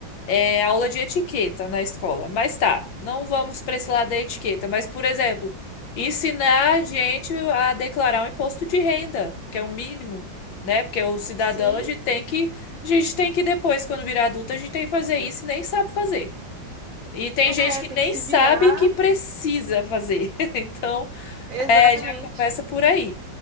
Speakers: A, on the left; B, on the right.
A: é, aula de etiqueta na escola. Mas tá, não vamos para esse lado da etiqueta. Mas, por exemplo, ensinar a gente a declarar um imposto de renda, que é o mínimo, né? Porque o cidadão,
B: Sim,
A: a gente tem que, a gente tem que depois, quando virar adulto, a gente tem que fazer isso e nem sabe fazer. E tem
B: é,
A: gente que
B: tem
A: nem
B: que se
A: sabe
B: virar,
A: que precisa fazer. <laughs> Então,
B: exatamente.
A: é, já começa por aí.